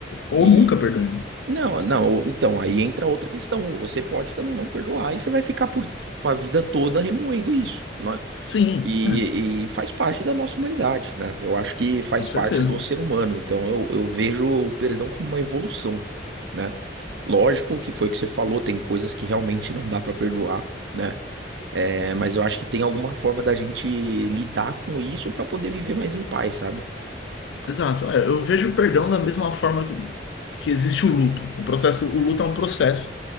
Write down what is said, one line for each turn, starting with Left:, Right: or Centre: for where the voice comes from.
Left: Ou
Right: E.
Left: nunca perdoe. né?
Right: Não, não, ou- então aí entra outra questão. Ou Você pode também não perdoar e você vai ficar por, a vida toda remoendo isso, né?
Left: Sim,
Right: E,
Left: é,
Right: e faz parte da nossa humanidade, né? Eu acho que faz
Left: com certeza.
Right: parte do ser humano. Então eu, eu vejo o perdão como uma evolução, né? Lógico que foi o que você falou, tem coisas que realmente não dá pra perdoar, né? É, mas eu acho que tem alguma forma da gente lidar com isso pra poder viver mais em paz, sabe?
Left: Exato. É, eu vejo o perdão da mesma forma que, que existe o luto. O processo, o luto é um processo.